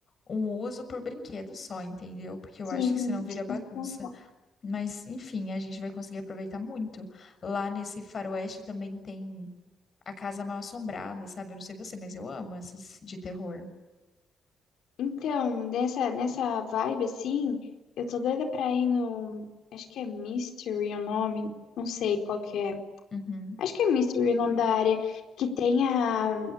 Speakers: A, on the left (about 45°); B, on the left (about 75°).
A: um uso por brinquedo só, entendeu? Porque eu
B: Sim.
A: acho que senão vira
B: tipo,
A: bagunça. Mas, enfim, a gente vai conseguir aproveitar muito. Lá nesse faroeste também tem a Casa Mal Assombrada, sabe? Eu não sei você, mas eu amo esses de terror.
B: Então, nessa, nessa vibe assim, eu tô doida pra ir no. Acho que é Mystery o nome, não sei qual que é.
A: Uhum.
B: Acho que é Mystery o nome da área, que tem a,